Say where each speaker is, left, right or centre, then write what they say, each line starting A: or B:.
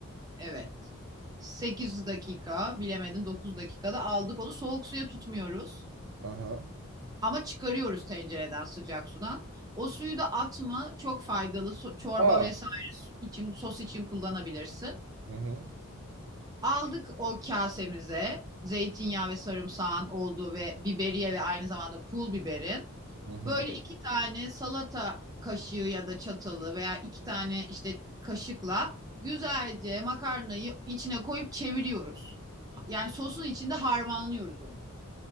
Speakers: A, on the right; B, on the right.
A: Evet. sekiz dakika bilemedin 9 dakikada aldık onu. Soğuk suya tutmuyoruz.
B: Aha.
A: Ama çıkarıyoruz tencereden sıcak sudan. O suyu da atma. Çok faydalı. So- çorba
B: Aa.
A: vesaire için sos için kullanabilirsin.
B: Hı hı,
A: Aldık o kasemize zeytinyağı ve sarımsağın olduğu ve biberiye ve aynı zamanda pul biberin.
B: hı hı.
A: Böyle iki tane salata kaşığı ya da çatalı veya iki tane işte kaşıkla güzelce makarnayı içine koyup çeviriyoruz. Yani sosun içinde harmanlıyoruz onu.